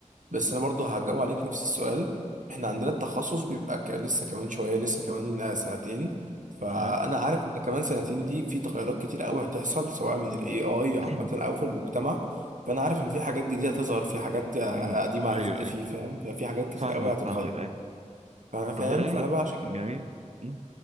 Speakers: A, on the right (about 75°); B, on the right (about 55°).
A: بس انا برضه هجاوب عليك نفس السؤال احنا عندنا التخصص بيبقى ك... لسه كمان شويه لسه كمان آه، سنتين فانا
B: اها
A: عارف ان كمان سنتين دي في تغيرات كتير قوي هتحصل سواء من الاي اي عامه
B: <clears throat>
A: او في المجتمع فانا عارف ان في حاجات جديده هتظهر في حاجات آه،
B: أمم.
A: قديمه
B: ايوه
A: هتختفي
B: ايوه
A: فاهم ففي حاجات كتير
B: فاهمك
A: قوي هتتغير
B: فاهمك ايوه
A: فانا فاهم
B: طب ده رايق
A: فانا بقى عشان
B: جميل أمم.